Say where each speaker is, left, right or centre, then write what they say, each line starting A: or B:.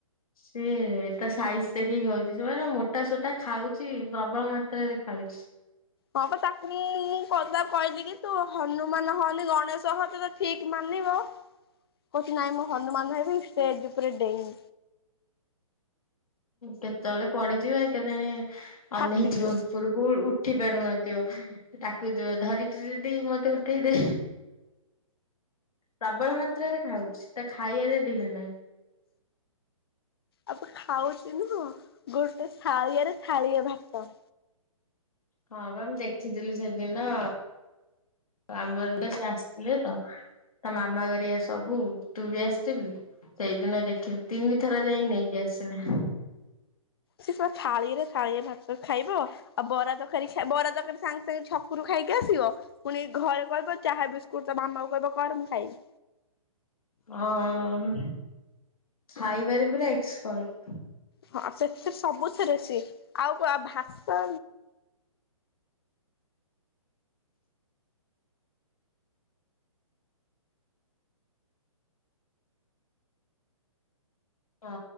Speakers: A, on the left; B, on the left.
A: ସିଏ ତା ସାଇଜ ଦେଖିକି କହୁଛି ସେ ମାନେ ମୋଟା ସୋଟା ଖାଉଛି ପ୍ରବଳ ମାତ୍ରାରେ ଖାଉଛି।
B: ହଁ ପା ତାକୁ ମୁ ମୁଁ କଦ କହିଲି କି ତୁ ହନୁମାନ ହନି ଗଣେଶ ହ ତୋତେ ଠିକ ମାନିବ କହୁଛି ନାଇଁ ମୁଁ ହନୁମାନ ହେବି ଷ୍ଟେଜ ଉପରେ ଡେଇଁବି।
A: କେତେବେଳେ ପଡିଯିବ ଏକେବେଳେ ଅନେଇଥିବ
B: ଫାଟିଯିବ।
A: ଉପରକୁ ଉ ଉଠି ପାରୁନଥିବ ତାକୁ ଯୋ ଧରିତ୍ରି ଦିଦି ମତେ ଉଠେଇଦେ। ପ୍ରବଳ ମାତ୍ରାରେ ଖାଉଛି ତା ଖାଇବାରେ ଢିଲ ନାହିଁ।
B: ଆପ ଖାଉଚି ନୁହଁ ଗୋଟେ ଥାଳିଆରେ ଥାଳିଏ ଭାତ।
A: ହଁ ବା ମୁଁ ଦେଖିଥିଲି ସେଦିନ ଆମର ତ ସିଏ ଆସିଥିଲେ ତ। ତା ମାମା ଗେରିଆ ସବୁ ତୁ ବି ଆସିଥିଲୁ ସେଇଦିନ ଦେଖିଲୁ। ତିନିଥର ଯାଇିଁ ନେଇକି ଆସିଲା।
B: ସେ ବା ଥାଳିରେ ଥାାଳିଏ ଭାତ ଖାଇବ। ଆଉ ବରା ତରକାରୀ ଖା ବରା ତରକାରୀ ସାଙ୍ଗେ ସାଙ୍ଗେ ଛକରୁ ଖାଇକି ଆସିବ ପୁଣି ଘରେ କହିବ ଚାହା ବିସ୍କୁଟ ତା ମାମା କୁ କହିବ କର ମୁଁ ଖାଇବି।
A: ଆଁ ଖାଇବାରେ ପୁରା ଏକ୍ସପର୍ଟ।
B: ହଁ ସେଥିରେ ସବୁଥିରେ ସିଏ ଆଉ କ ଭାତ
A: ହଁ